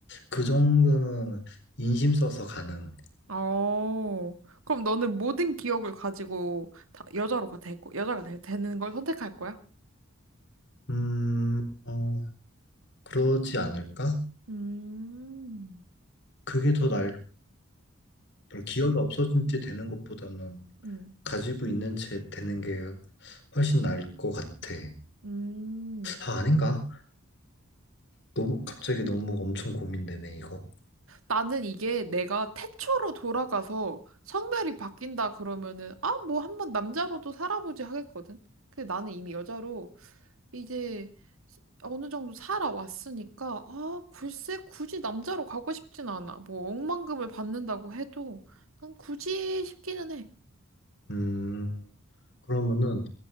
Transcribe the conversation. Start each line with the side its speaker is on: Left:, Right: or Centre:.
Left: 그 정도는 인심 써서 가능.
Right: 어. 그럼 너는 모든 기억을 가지고 다 여자로 가 되고 여자가 되, 되는 걸 선택할 거야?
Left: 음, 어, 그러지 않을까?
Right: 음,
Left: 그게 더 나을, 기억이 없어진 지 되는 것보다는
Right: 음,
Left: 가지고 있는 채 되는 게 훨씬 나을 것 같아.
Right: 음.
Left: 아, 아닌가? 너무 갑자기 너무 엄청 고민되네, 이거.
Right: 나는 이게 내가 태초로 돌아가서 성별이 바뀐다 그러면은, 아, 뭐 한번 남자로도 살아보지 하겠거든? 근데 나는 이미 여자로 이제 어느 정도 살아왔으니까, 아, 글쎄, 굳이 남자로 가고 싶진 않아. 뭐, 억만금을 받는다고 해도, 난 굳이 싶기는 해.
Left: 음, 그러면은